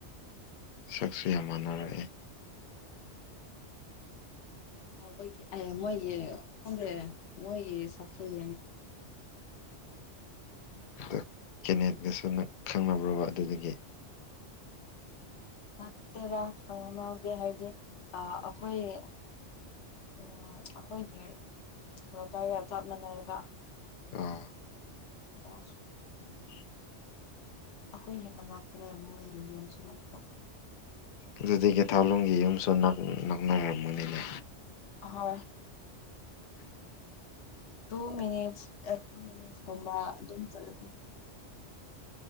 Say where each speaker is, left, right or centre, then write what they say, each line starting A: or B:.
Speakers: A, on the left (about 60°); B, on the left (about 80°).
A: ꯁꯛꯁꯨ ꯌꯥꯝ ꯃꯥꯟꯅꯔꯛꯑꯦ
B: <unintelligible> ꯃꯣꯏꯒꯤ <unintelligible> ꯃꯣꯏꯒꯤ ꯁꯛꯇꯣ <unintelligible>
A: ꯑ ꯀꯦꯅꯦꯠꯀꯁꯨ ꯅꯪ ꯈꯪꯅꯕ꯭ꯔꯕ ꯑꯗꯨꯗꯒꯤ
B: ꯅꯠꯇꯦꯗꯅꯎꯒꯤꯦ ꯍꯥꯏꯗꯤ ꯑ ꯑꯩꯈꯣꯏ ꯎꯝ ꯑꯩꯈꯣꯏꯒꯤ ꯂꯩꯀꯥꯏꯒ ꯆꯞ ꯃꯥꯟꯅꯒ
A: ꯑꯥ
B: ꯃꯥꯁ
A: <unintelligible>
B: ꯑꯩꯈꯣꯏ ꯍꯦꯟꯅ ꯉꯥꯛꯇꯨꯅ ꯌꯥꯝ ꯅꯨꯡꯉꯥꯏꯌꯦ ꯌꯥꯝꯁꯨꯥꯛꯇꯅ
A: ꯑꯗꯨꯗꯤ ꯀꯦ ꯊꯥꯎꯂꯨꯝꯝꯒꯤ ꯌꯨꯝꯁꯨ ꯅꯛꯅꯔꯝꯝꯕꯅꯤꯅꯦ
B: ꯍ ꯍ ꯇꯨ ꯃꯠꯁ ꯇꯨ ꯃꯠꯁꯒꯨꯝꯕ ꯑꯗꯨꯝ ꯆꯠ